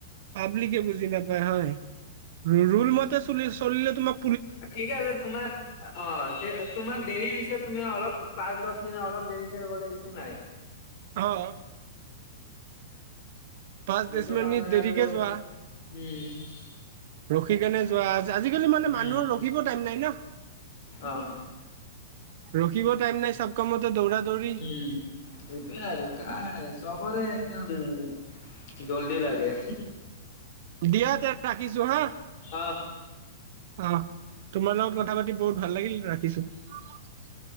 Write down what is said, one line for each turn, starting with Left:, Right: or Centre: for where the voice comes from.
Right: পাব্লিকে বুজি নাপায় হয়। ৰু - ৰুল মতে চুলি - চলিলে তোমাক‌
Left: ঠিক আছে তোমাৰ অ ঠে তোমাক দেৰি হৈছে তুমি অলপ পাঁচ দছ মিনিট অলপ দেৰি কে গ'লে ইকূ নাই।
Right: অ'। পাঁচ দছ
Left: সেইটো
Right: মেনিট
Left: কাৰণে
Right: দেৰিকে
Left: আৰু
Right: যোৱা।
Left: উম
Right: ৰখি কেনে যোৱা আজ - আজিকালি মানে
Left: উম
Right: মানুহৰ ৰখিব টাইম নাই ন।
Left: অ'।
Right: ৰখিব টাইম নাই চব কামতে দৌৰা দৌৰি।
Left: উম সেইটোয়ে আৰু কাই চবৰে <unintelligible> জল্দি লাগে।
Right: দিয়া তে ৰাখিছো হা।
Left: অহ।
Right: অহ, তোমাৰ লগত কথা পাতি বহুত ভাল লাগিল ৰাখিছো।